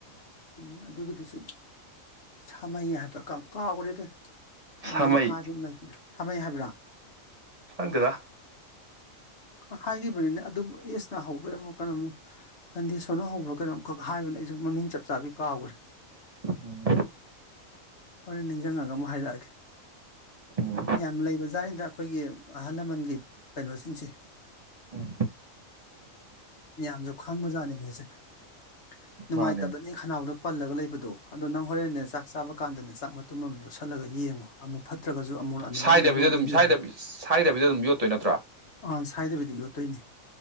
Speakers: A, on the left; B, on the right.
A: ꯎꯝ ꯑꯗꯨꯒꯤꯗꯨꯁꯨ ꯁꯥꯃꯩ ꯍꯥꯏꯕ꯭ꯔꯥ ꯀꯥꯎꯈ꯭ꯔꯦꯗ ꯑꯗꯨꯃꯥꯏꯅ
B: ꯁꯥꯃꯩ
A: ꯍꯥꯏꯗꯨ ꯂꯩꯕꯅꯦ ꯁꯃꯩ ꯍꯥꯏꯕ꯭ꯔꯥ
B: ꯐꯗꯔ
A: ꯍꯥꯏꯈꯤꯕꯅꯤꯅ ꯑꯗꯨꯕꯨ ꯑꯦꯁꯅ ꯍꯧꯧꯕꯔꯦ ꯑꯃꯨꯛ ꯀꯩꯅꯣꯗꯤ ꯊꯣꯅꯣ ꯍꯧꯕ꯭ꯔ ꯀꯩꯅꯣꯝꯈꯛ ꯍꯥꯏꯕꯅ ꯑꯩꯁꯨ ꯃꯃꯤꯡ ꯆꯞ ꯆꯥꯕꯤ ꯀꯥꯎꯈ꯭ꯔꯦ
B: ꯎꯝ
A: ꯍꯣꯔꯦꯟ ꯅꯤꯡꯁꯤꯡꯉꯒ ꯑꯃꯨꯛ ꯍꯥꯏꯔꯛꯑꯒꯦ
B: ꯎꯝ
A: ꯌꯥꯝ ꯂꯩꯕꯖꯥꯠꯅꯤꯗ ꯑꯩꯈꯣꯏꯒꯤ ꯑꯍꯜ ꯂꯃꯟꯒꯤ ꯀꯩꯅꯣꯁꯤꯡꯁꯦ
B: ꯎꯝ
A: ꯌꯥꯝꯁꯨ ꯈꯪꯕ ꯖꯥꯠꯅꯦ ꯃꯣꯏꯁꯦ ꯑ <unintelligible> <inaudible> ꯅꯨꯡꯉꯥꯏꯇꯕꯅꯦ
B: ꯃꯥꯅꯦ
A: ꯈꯅꯥꯎꯗꯣ ꯄꯜꯂꯒ ꯂꯩꯕ ꯑꯗꯣ ꯑꯗꯣ ꯅꯪ ꯍꯣꯔꯦꯟꯅꯦ ꯆꯥꯛ ꯆꯥꯕ ꯀꯥꯟꯗꯅ ꯆꯥꯛ ꯃꯇꯨꯝ ꯑꯃ ꯌꯣꯠꯁꯤꯜꯂꯒ ꯌꯦꯡꯉꯨ ꯑꯃꯨꯛ ꯐ ꯅꯠꯇ꯭ꯔꯒꯁꯨ ꯑꯃꯣꯠ ꯑꯅꯤꯅ
B: ꯁꯥꯏꯗꯕꯤꯗ
A: ꯑꯗꯨꯝ ꯌꯣꯠꯂꯗꯤ
B: ꯁꯥꯏꯗꯕꯤ
A: ꯌꯥꯎꯕ
B: ꯁꯥꯏꯗꯕꯤꯗ ꯑꯗꯨꯝ ꯌꯣꯠꯇꯣꯏ ꯅꯠꯇ꯭ꯔꯣ
A: ꯑꯥ ꯁꯥꯏꯗꯕꯤꯗꯤ ꯌꯣꯠꯇꯣꯏꯅꯤ